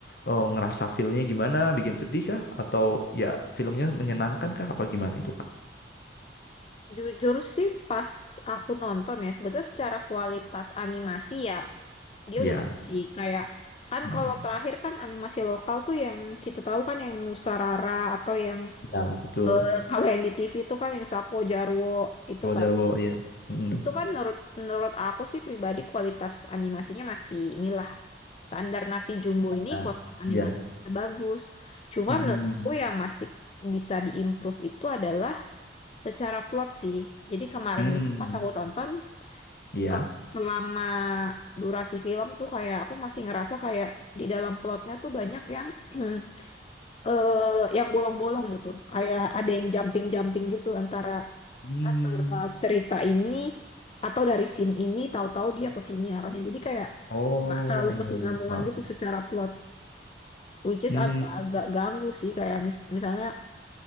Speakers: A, on the left; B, on the left.
A: eh, ngerasa filmnya gimana? Bikin sedih kah? Atau ya filmnya menyenangkan kah? Apa gimana itu Kak?
B: jujur sih pas aku nonton ya sebetulnya secara kualitas animasi ya dia
A: Ya,
B: udah bagus sih kayak kan
A: mm,
B: kalau terakhir kan animasi lokal tuh yang kita tahu kan yang Nusarara atau yang
A: ya betul.
B: eh, kalau yang di TV tuh kan yang Sapo Jarwo itu
A: Wajar
B: kan
A: Wajar, ya. Mm.
B: itu kan menurut menurut aku sih pribadi kualitas animasinya masih inilah standar nasi jumbo ini
A: Nah,
B: kualitas animasinya
A: ya.
B: masih bagus cuma
A: Mm-mm.
B: menurutku yang masih bisa diimprove itu adalah secara plot sih jadi kemarin
A: Hmm.
B: itu pas aku tonton
A: Iya.
B: kalau selama durasi film tuh kayak aku masih ngerasa kayak di dalam plotnya tuh banyak yang <clears throat> eh yang bolong-bolong gitu. Kayak ada yang jumping-jumping gitu antara
A: Hmm.
B: antara cerita ini atau dari scene ini tahu-tahu dia ke sini arahnya. Jadi kayak
A: Oh,
B: nggak terlalu
A: iya,
B: kesinambungan
A: iya, paham.
B: gitu secara plot. Which is
A: Hmm.
B: agak-agak ganggu sih kayak mis- misalnya